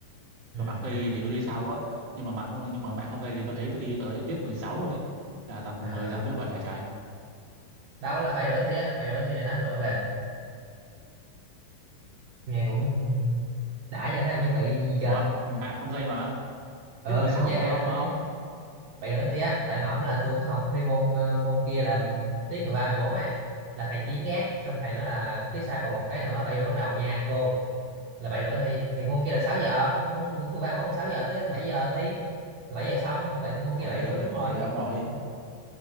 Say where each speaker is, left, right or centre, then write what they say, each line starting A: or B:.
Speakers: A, on the right; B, on the right.
A: Ừ.
B: còn mạng không dây thì tôi đi sau á. Nhưng mà mạng không nhưng mà mạng không dây thì tôi thấy tôi thi tới tiết 16 luôn ấy, là tầm
A: À,
B: 10 giờ mới về hả trái?
A: đâu là bảy rưỡi thi á, bảy rưỡi thi là tám rưỡi về. Nghe cũng đã nha, thấy ông chuẩn bị gì
B: Ủa,
A: chưa?
B: mạng không dây mà,
A: Ờ,
B: tiết mười
A: mẹ
B: sáu
A: con dây
B: mà
A: bảy rưỡi thi,
B: mà ông.
A: bảy rưỡi thi á. Tại hổm là tôi có học thi môn ờ, môn kia là tiết 13, bốn ấy. Là thầy Chiến gác, xong thầy nói là tiết sau còn một cái nữa, bảy rưỡi bắt đầu nha cô. là bảy rưỡi thi thì môn kia là 6 giờ môn môn thứ ba bốn là 6 giờ tới 7 giờ thi là 7 giờ xong rồi bảy môn
B: Ủa
A: kia là 7
B: gì
A: rưỡi
B: vậy,
A: đúng rồi
B: gì vậy ông nội?
A: ừ.